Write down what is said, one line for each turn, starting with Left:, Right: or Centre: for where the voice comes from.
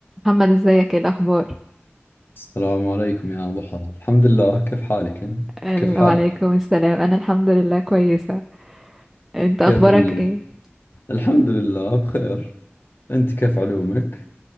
Centre: محمد ازيك ايه الاخبار
Left: السلام عليكم يا ضحى الحمد لله كيف حالك انت؟
Centre: السلام
Left: كيف حالك
Centre: عليكم السلام انا الحمد لله كويسه انت
Left: كيف
Centre: اخبارك
Left: ال...
Centre: ايه
Left: الحمد لله بخير انت كيف علومك